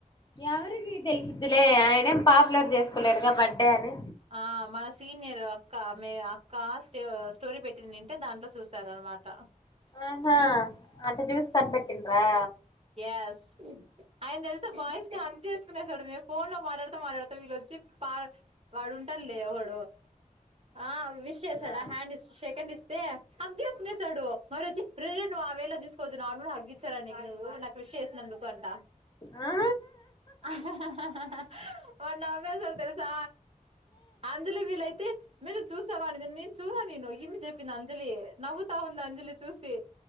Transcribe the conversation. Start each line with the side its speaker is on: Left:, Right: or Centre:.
Left: ఎవరికి తెలిసిద్ధిలే ఆయన ఏం పాపులర్ చేసుకోలేడుగా బర్త్డే అని
Right: ఆహ్ మన సీనియర్ అక్క ఆమే అక్క స్టోరీ పెట్టి ఉంటే దాంట్లో చూసార మాట
Left: ఆహా అట్ట చూసి కనిపెట్టిన్రా
Right: ఎస్ ఆయన తెల్సా బాయ్స్ ని చేసుకునేసాడు మేము ఫోన్ లో మాట్లాడుతా మాట్లాడుతా వీళ్ళొచ్చి వాడు వాడుంటడు లే ఒకడు ఆహ్ విష్ చేసాడా
Left: ఆ
Right: హ్యాండ్ ఇస్తే షేక్ హ్యాండ్ ఇస్తే హాగ్ చేసుకునేసాడు వాడొచి రేయ్ నువ్వు ఆ వే లో తీసుకోవద్దు నార్మల్ గా హాగ్ ఇచ్చారా నీకు నువ్వు నాకు విష్ చేసినందుకు అంటా
Left: ఆ
Right: ఆహ్ ఆహ్ ఆహ్ ఆహ్ వాడు నవ్వేసాడు తెలుసా అంజలి వీలైతే మీరు చూసావాడిని నేను చూడలేదు నేను ఇన్ని చెప్పిన అంజలి నవ్వుతా ఉంది అంజలి చూసి